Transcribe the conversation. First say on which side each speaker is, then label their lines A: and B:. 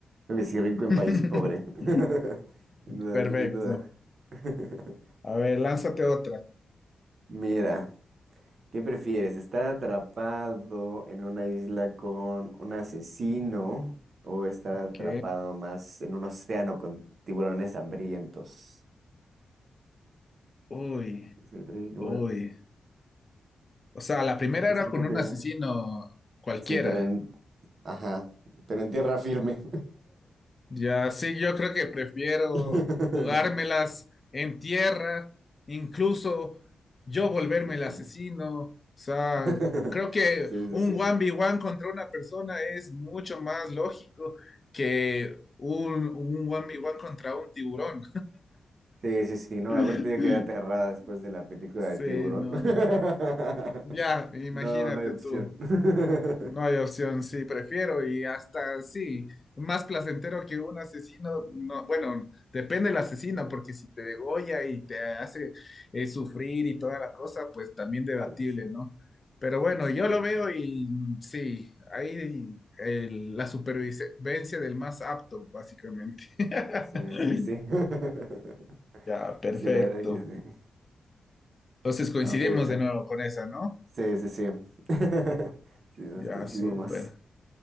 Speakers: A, on the right; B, on the left.
A: Creo que sí, rico en
B: <laughs>
A: país pobre. <laughs> Sin duda,
B: Perfecto.
A: sin duda. <laughs>
B: A ver, lánzate otra.
A: Mira. ¿Qué prefieres? ¿Estar atrapado en una isla con un asesino o estar
B: Ok,
A: atrapado más en un océano con tiburones hambrientos?
B: uy,
A: Es el trigo,
B: uy. O sea, la primera
A: no
B: era
A: sé
B: con
A: por
B: un
A: qué.
B: asesino cualquiera.
A: Sí, pero en... Ajá, pero en tierra firme.
B: Ya sí, yo creo que prefiero
A: <laughs>
B: jugármelas en tierra, incluso yo volverme
A: Sí,
B: el
A: sí.
B: asesino. O sea,
A: <laughs>
B: creo que
A: Sí, sí,
B: un
A: sí.
B: 1v1 contra una persona es mucho más lógico que un, un 1v1 contra un tiburón.
A: Sí, sí, sí,
B: <laughs>
A: no, aparte yo quedé aterrada después de la película
B: Sí,
A: de Tiburón.
B: no.
A: <laughs>
B: Ya, imagínate
A: No, no hay opción.
B: tú.
A: <laughs>
B: No hay opción, sí, prefiero y hasta sí, más placentero que un asesino,
A: Ujú.
B: no, bueno, depende del asesino, porque si te degolla y te hace eh, sufrir y toda la cosa, pues también debatible,
A: No sé.
B: ¿no? Pero bueno,
A: Sí,
B: yo lo veo
A: sí,
B: y mm, sí, ahí el- la supervivencia del más apto, básicamente. <laughs>
A: sí. Sí, sí, sí. <laughs>
B: Ya, perfecto.
A: Sí, la verdad que sí.
B: Entonces coincidimos
A: A ver.
B: de
A: ah,
B: nuevo con esa, ¿no?
A: Sí, sí, sí. <laughs> Sí, nos
B: Ya,
A: coincidimos.
B: súper.